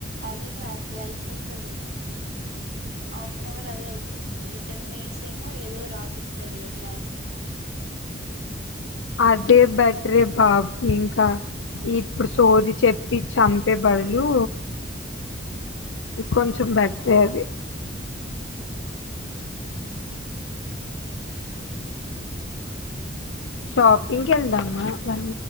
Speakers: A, on the right; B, on the left.
A: అదే క్లాస్ అయిపోతదిగా ఆఫ్ అన్ అవర్ అదే అయిపోతది టెన్ మినిట్స్ ఏమో ఏదో రాపిస్తాడు ఇగా గ్లాస్ అంతే
B: అదే బెటరె బాబ్ ఇంకా
A: అవునా
B: ఇప్పుడు సోది చెప్పి చంపే బదులు కొంచెం బెటరే అది షాపింగ్ కి వెళ్దామా వన్